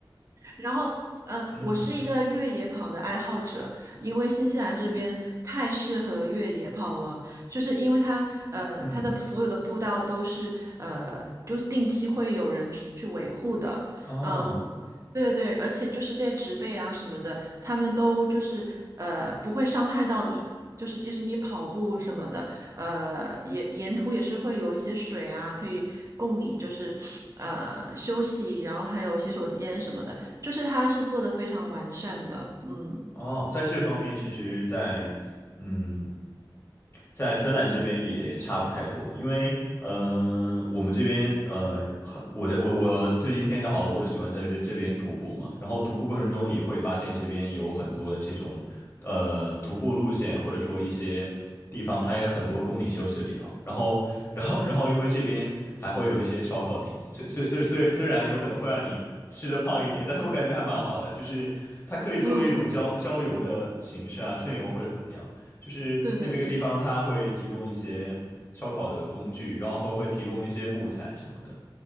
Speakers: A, on the right; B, on the left.
A: 然后，嗯、呃我是一个越野跑的爱好者，
B: 嗯
A: 因为新西兰这边太适合越野跑了，就是因为它，呃，
B: 嗯
A: 它的所有的步道都是，呃，就是定期会有人去去维护的，
B: 哦。
A: 嗯，对对对，而且就是这些植被啊什么的，他们都就是，呃，不会伤害到你。就是即使你跑步什么的，呃，沿沿途也是会有一些水啊，可以供你就是，呃，休息，然后还有洗手间什么的。就是它是做的非常完善的，嗯
B: 哦，在这方面，其实在，嗯，在芬兰这边也差不太多，因为，嗯、我们这边，呃，很我在我我最近天气好了，我喜欢在这这边徒步嘛，然后徒步过程中也会发现这边有很多的这种，
A: 嗯
B: 呃，徒步路线，或者说一些地方，它也很多供你休息的地方，然后，然后，然后，因为这边还会有一些烧烤亭，虽虽虽虽虽然有可能会让你。吃的胖一点，但是我感觉还蛮好的，就是它可以作为一种郊郊游的形式啊，
A: 嗯嗯，
B: 春游或者怎么样，就是那边一个地方它会提供一些烧烤的工具，
A: 对对对。
B: 然后会提供一些木材什么的，